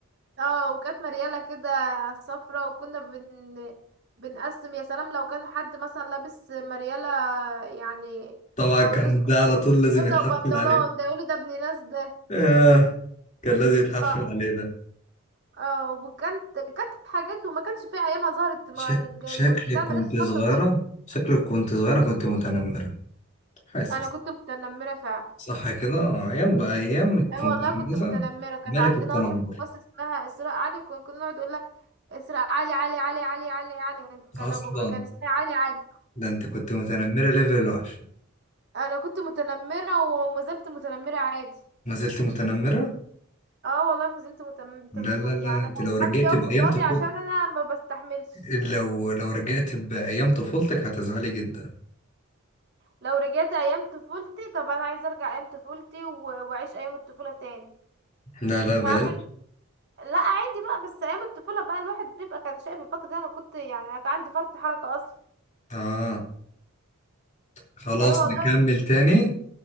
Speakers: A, on the right; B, on the left.
A: اه وكانت مرياله كده صفرة وكنا بن بنقسم يا سلام لو كان حد مثلا لابس مرياله يعني
B: طبعا
A: بلوزه
B: كان ده على طول لازم
A: بلوزه
B: يتحفل
A: وبنطلون
B: عليه
A: ده يقولوا ده ابن ناس ده
B: آه كان لازم يتحفل
A: اه
B: عليه ده
A: اه وكانت كانت حاجات وما كانش فيها ايامها ظهرت ما-
B: شك... شكلك
A: بتاع
B: كنت
A: المدارس الخاصه
B: صغيره
A: دي
B: شكلك كنت صغيره كنت متنمره حاسس
A: انا كنت متنمره فعلا
B: صح كده آه، ايام بقى ايام ما كنت
A: اي والله
B: في
A: كنت
B: مثلا
A: متنمره كانت
B: ملك
A: عندنا
B: التنمر
A: واحده في الفصل اسمها اسراء علي كنا كنا نقعد نقول لها اسراء علي علي علي علي علي علي كان
B: اصلا
A: أبو... كان اسمها علي علي
B: ده انت كنت متنمره ليفل وحش
A: انا كنت متنمره وما زلت متنمره عادي
B: ما زلت متنمره
A: اه والله ما زلت متم... متنم...
B: لا لا لا
A: يعني
B: انت
A: انا
B: لو رجعت
A: محدش يقف
B: بايام
A: قصادي
B: طفولتك
A: عشان انا ما بستحملش
B: لو لو رجعت بايام طفولتك هتزعلي جدا
A: لو رجعت ايام طفولتي طب انا عايزه ارجع ايام طفولتي و... واعيش ايام الطفوله تاني
B: لا لا بلاش
A: هعمل لا عادي بقى بس ايام الطفوله بقى الواحد بيبقى كان شايف الفتره دي انا كنت يعني كان عندي فرط حركه اصلا
B: اه خلاص
A: ايوه والله
B: نكمل تاني